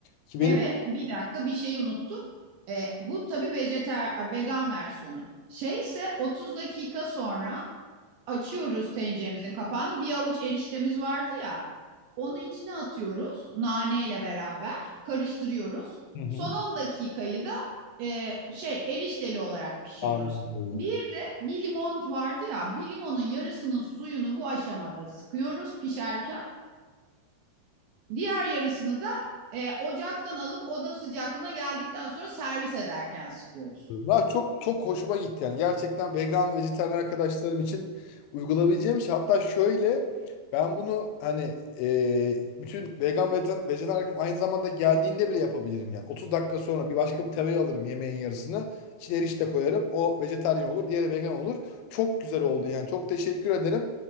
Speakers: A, on the left; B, on the right.
A: ki benim
B: Evet bir dakika bir şeyi unuttuk. E, bu tabii vejeter, vegan versiyonu. Şeyse 30 dakika sonra açıyoruz tenceremizin kapağını. Bir avuç eriştemiz vardı ya. Onu içine atıyoruz naneyle beraber karıştırıyoruz.
A: Hı hı.
B: Son 10 dakikayı da e, şey erişteli olarak pişiriyoruz.
A: Anladım.
B: Bir de bir limon vardı ya bir limonun yarısının suyunu bu aşamada sıkıyoruz pişerken. Diğer yarısını da e, ocaktan alıp oda sıcaklığına geldikten sonra servis ederken sıkıyoruz.
A: Ya çok çok hoşuma gitti yani. Gerçekten vegan ve vejetaryen arkadaşlarım için uygulayabileceğim şey. Hatta şöyle ben bunu hani e, bütün vegan ve vejetaryen vejetaryen arkadaşlarım aynı zamanda geldiğinde bile yapabilirim yani. 30 dakika sonra bir başka bir tereyağı alırım yemeğin yarısını. İçine erişte koyarım. O vejetaryen olur, diğeri vegan olur. Çok güzel oldu yani. Çok teşekkür ederim.